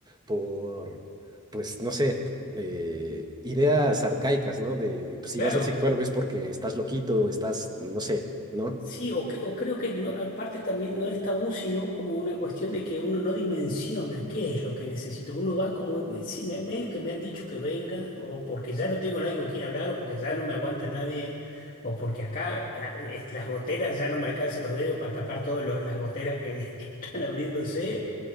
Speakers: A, on the right; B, on the left.
A: por, pues, no sé, eh, ideas arcaicas, ¿no? De, pues si
B: Claro,
A: vas al psicólogo es porque estás loquito o estás, no sé, ¿no?
B: Sí, o, que- o creo que no- aparte también no es tabú, sino como una cuestión de que uno no dimensiona qué es lo que necesito. Uno va como, eh, sí, me- medio que me han dicho que venga, o porque ya no tengo nadie con quien hablar, o porque ya no me aguanta nadie, o porque acá eh, es- las goteras ya no me alcanzan los dedos para tapar todas los- las goteras que, <laughs> que están abriéndose,